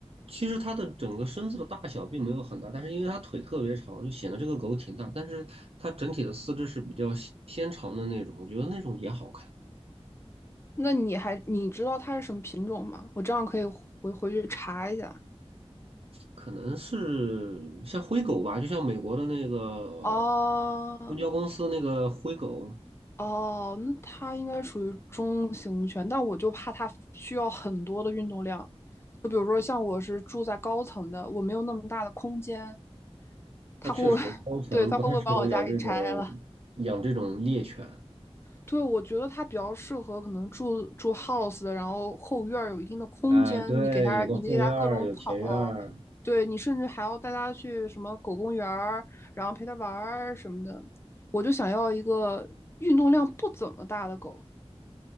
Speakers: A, on the right (about 65°); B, on the left (about 25°).
A: 其实它的整个身子的大小并没有很大，但是因为它腿特别长，就显得这个狗挺大，但是它整体的四肢是比较纤纤长的那种，我觉得那种也好看，
B: 那你还你知道它是什么品种吗？我这样可以回回去查一下。
A: 可能是像灰狗吧，就像美国的那个
B: 哦，
A: 公交公司那个灰狗，
B: 哦，那它应该属于中型犬，但我就怕它需要很多的运动量。就比如说，像我是住在高层的，我没有那么大的空间，它会，
A: 它确实高层不太适合养这种
B: <laughs> 对，它会不会把我家给拆了？
A: 养这种猎犬。
B: 对，我觉得它比较适合可能住住 house 的然后后院儿有一定的空间，
A: 哎，对，
B: 你给它，
A: 有个后院儿，
B: 你给它各种跑，
A: 有前院儿。
B: 对你甚至还要带它去什么狗公园儿，然后陪它玩儿什么的。我就想要一个运动量不怎么大的狗。